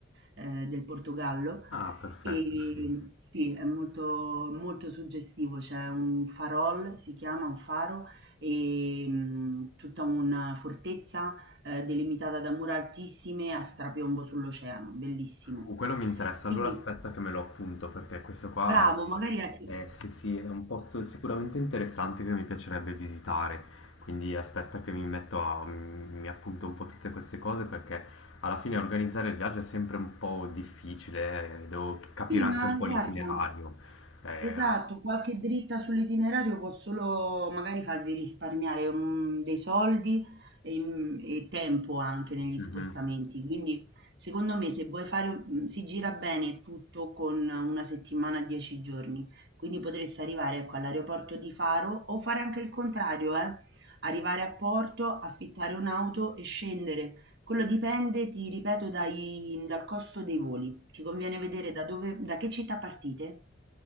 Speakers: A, on the right; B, on the left.
A: eh, del Portogallo
B: Ah, perfetto,
A: e
B: sì.
A: sì, è molto, molto suggestivo, c'è un farol, si chiama un faro, e mh, tutta una fortezza eh, delimitata da mura altissime a strapiombo sull'oceano, bellissimo.
B: Uh, quello mi interessa.
A: Quindi
B: Allora aspetta che me lo appunto, perché questo qua
A: bravo,
B: è,
A: magari anche...
B: è- sì, sì, è un posto sicuramente interessante che mi piacerebbe visitare. Quindi aspetta che mi metto a, mi appunto un po' tutte queste cose, perché alla fine organizzare il viaggio è sempre un po' difficile, eh, devo capire
A: Sì,
B: anche
A: ma
B: un po'
A: guarda,
B: l'itinerario. Eh,
A: Esatto, qualche dritta sull'itinerario può solo magari farvi risparmiare, mhmm, dei soldi e mhmm, e tempo anche negli
B: mhm.
A: spostamenti. Quindi secondo me se vuoi fare mhmm, si gira bene tutto con 1 settimana, 10 giorni. Quindi potreste arrivare, ecco, all'aeroporto di Faro o fare anche il contrario, eh, arrivare a Porto, affittare un'auto e scendere. Quello dipende, ti ripeto, dai dal costo dei voli. Ti conviene vedere da dove da che città partite?